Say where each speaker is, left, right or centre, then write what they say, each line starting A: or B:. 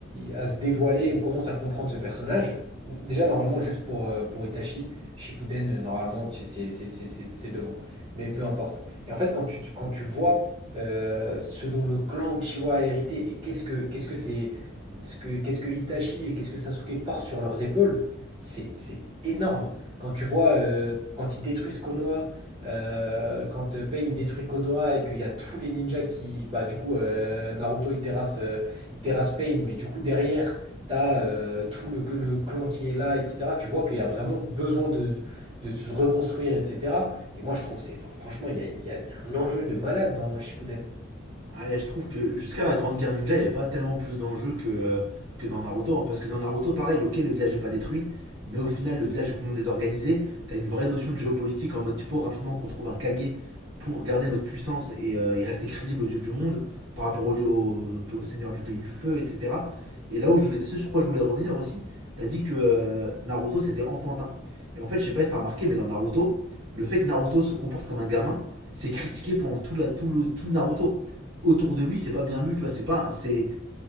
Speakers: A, on the right (about 30°); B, on the right (about 85°).
A: à se dévoiler, on commence à comprendre ce personnage. Déjà, normalement, juste pour, euh, pour Itachi, Shippuden, euh, normalement, tu- c'est c'est- c'est- c'est- c'est devant. Mais peu importe. Et en fait, quand tu, tu- quand tu vois euh, ce dont le clan Uchiwa a hérité et qu'est-ce que qu'est-ce que c'est ce que- qu'est-ce que Itachi et qu'est-ce que Sasuke portent sur leurs épaules, c'est c'est énorme. Quand tu vois, euh, quand ils détruisent Konoha, euh, quand euh, Pain détruit Konoha et qu'il y a tous les ninjas qui... Bah du coup, euh, Naruto, il terrasse, euh, il terrasse Pain, mais du coup, derrière, t'as euh, tout le, que le clan qui est là, etc. Tu vois qu'il y a vraiment besoin de, de se reconstruire, etc. Et moi, je trouve, c'est, enfin, franchement, il y a, il y a- il y a un enjeu de malade dans Shippuden.
B: Ouais, je trouve que jusqu'à la Grande Guerre Ninja, il n'y a pas tellement plus d'enjeux que, euh, que dans Naruto. hein, parce que dans Naruto, pareil, ok, le village n'est pas détruit, mais au final, le village est complètement désorganisé. T'as une vraie notion de géopolitique en mode il faut rapidement qu'on trouve un Kage pour garder notre puissance et, euh, et rester crédible aux yeux du monde par rapport au, au, au seigneur du pays du feu, etc. Et là où je- et ce sur quoi je voulais revenir aussi, t'as dit que euh, Naruto c'était enfantin. Et en fait, je sais pas si t'as remarqué, mais dans Naruto, le fait que Naruto se comporte comme un gamin, c'est critiqué pendant tout, la, tout, le, tout Naruto autour de lui, c'est pas bien vu, tu vois, c'est pas c'est